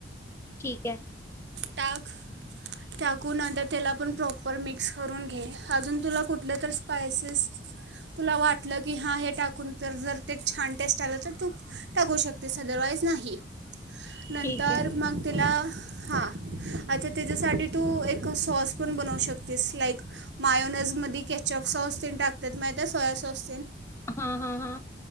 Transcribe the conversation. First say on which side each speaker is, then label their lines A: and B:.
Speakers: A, on the left; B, on the right.
A: ठीकय.
B: टाक टाकूनंतर त्याला पण प्राब प्रॉपर मिक्स करून घे अजून तुला कुठलं तर स्पायसेस तुला वाटलं की हां हे टाकून तर जर ते छान टेस्ट आलं तर तू टाकू शकतेस अदरवाईज नाही. नंतर
A: ठीक आहे
B: मग तिला हा. अच्छा त्याच्यासाठी तू एक क सॉस पण बनवू श ते स्लाईक मायोनजमध्ये केचअप सॉस तेन टाकतेत माहितय? सोया सॉस तेन.
A: हा, हा, हा.